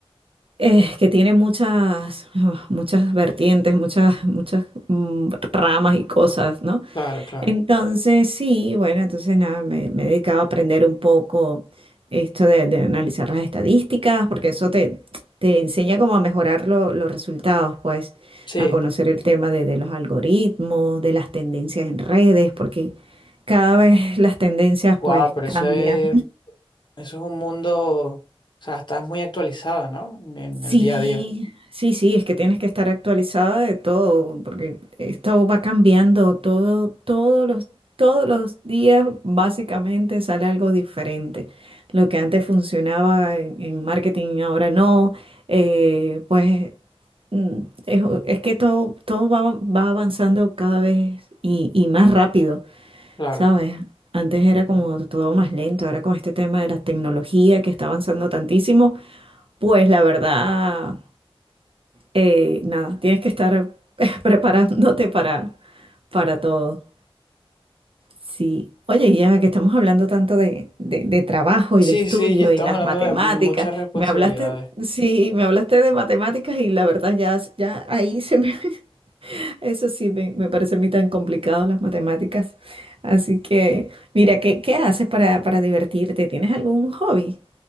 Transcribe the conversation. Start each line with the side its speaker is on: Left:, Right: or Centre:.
Right: eh, que tiene muchas, <sighs> muchas vertientes, muchas, muchas mm, ramas y cosas, ¿no?
Left: claro, claro.
Right: Entonces, sí, bueno, entonces nada, me, me he dedicado a aprender un poco esto de, de analizar las estadísticas, porque eso te, te enseña cómo a mejorar lo- los resultados, pues,
Left: Sí,
Right: a conocer el tema de, de los algoritmos, de las tendencias en redes, porque cada vez las tendencias,
Left: guau,
Right: pues,
Left: pero
Right: cambian.
Left: eso es, eso es un mundo, o sea, estás muy actualizada, ¿no? En
Right: Sí,
Left: el día a día.
Right: sí, sí, es que tienes que estar actualizada de todo, porque esto va cambiando todo, todos los, todos los días básicamente sale algo diferente. Lo que antes funcionaba en, en marketing, ahora no. eh, pues mm, es, es que todo, todo va, va avanzando cada vez y, y más rápido.
Left: Claro.
Right: ¿Sabes? Antes era como todo más lento, ahora con este tema de la tecnología que está avanzando tantísimo, pues la verdad, eh, nada, tienes que estar <laughs> preparándote para, para todo. Sí. Oye, y ya que estamos hablando tanto de, de- de trabajo y
Left: Sí,
Right: de estudio
Left: sí, ya estamos
Right: y las
Left: hablando
Right: matemáticas,
Left: de muchas responsabilidades.
Right: me hablaste, sí, me hablaste de matemáticas y la verdad ya, ya ahí se me, <laughs> Eso sí me, me parece a mí tan complicado las matemáticas. Así que, mira, ¿qué, qué haces para, para divertirte? ¿Tienes algún hobby?